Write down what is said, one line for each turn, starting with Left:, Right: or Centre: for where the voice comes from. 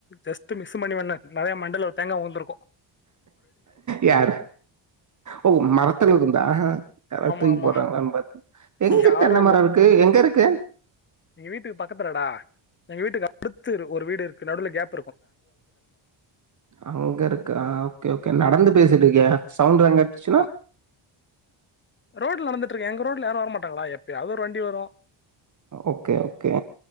Left: ஜஸ்ட்டு மிஸ் மணிவண்ணே நெறயா மண்டைல ஒரு தேங்கா உழுந்துருக்கு
Right: யாரு ஓ மரத்துல இருந்தா யாராது
Left: ஆமா
Right: தூக்கி
Left: ஆமா
Right: போட்டாங்களான்னு பாத் எங்க
Left: யாரு
Right: தென்னமரோ
Left: இல்ல
Right: இருக்கு எங்க இருக்கு
Left: எங்க வீட்டுக்கு பக்கத்துலடா எங்க வீட்டுக்கு அடுத்து ஒரு வீடு இருக்கு நடுவுல ஃகேப்
Right: அங்க இருக்கு ஆ ஓகே ஓகே நடந்து
Left: ஆமா
Right: பேசிட்டு இருக்கியா சவுண்டு எல்லா கேட்டுச்சுனா
Left: ஆ ரோட்ல நடந்துட்டு இருக்கே எங்க ரோட்ல யாரும் வர மாட்டாங்கடா எப்பையாவது ஒரு வண்டி வரு
Right: ஓகே ஓகே